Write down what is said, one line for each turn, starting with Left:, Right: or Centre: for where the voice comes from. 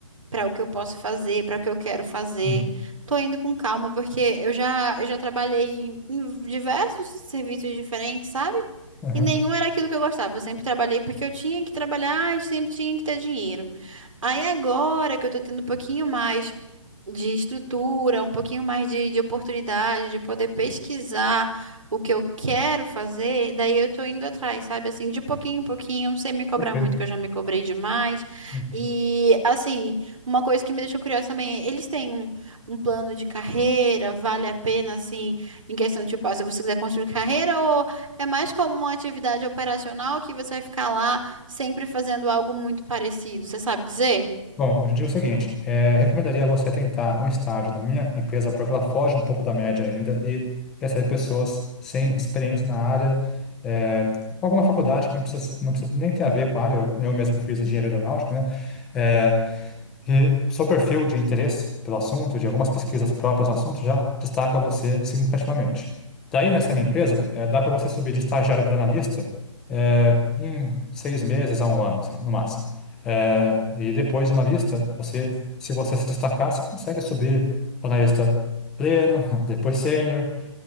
Right: para o que eu posso fazer, para o que eu quero fazer.
Centre: Hum.
Right: Tô indo com calma, porque eu já, eu já trabalhei em em diversos serviços diferentes, sabe?
Centre: Aham,
Right: E nenhum era aquilo que eu gostava. Eu sempre trabalhei porque eu tinha que trabalhar e sempre tinha que ter dinheiro. Aí agora que eu tô tendo um pouquinho mais de estrutura, um pouquinho mais de, de oportunidade, de poder pesquisar o que eu quero fazer, daí eu tô indo atrás, sabe? Assim, de pouquinho em pouquinho, sem me cobrar
Centre: Perfeito.
Right: muito, que eu já me cobrei demais.
Centre: Uhum.
Right: E assim. Uma coisa que me deixou curiosa também, é, eles têm um, um plano de carreira, vale a pena, assim, em questão de, tipo, ah, se você quiser construir carreira, ou é mais como uma atividade operacional que você vai ficar lá sempre fazendo algo muito parecido, você sabe dizer?
Centre: Bom, eu te digo o seguinte, eh, recomendaria você tentar um estágio na minha empresa, porque ela foge um pouco da média ainda e recebe pessoas sem experiência na área, eh, com alguma faculdade que não precisa, não precisa nem ter a ver com a área, eu, eu mesmo fiz engenharia aeronáutica, né? É, e seu perfil de interesse pelo assunto, de algumas pesquisas próprias no assunto, já destaca você significativamente. Daí, nessa minha empresa, eh, dá para você subir de estagiário para analista eh, em seis meses a um ano, assim, no máximo. Eh, e depois de analista, você, se você se destacar, você consegue subir para analista pleno, <laughs> depois sênior.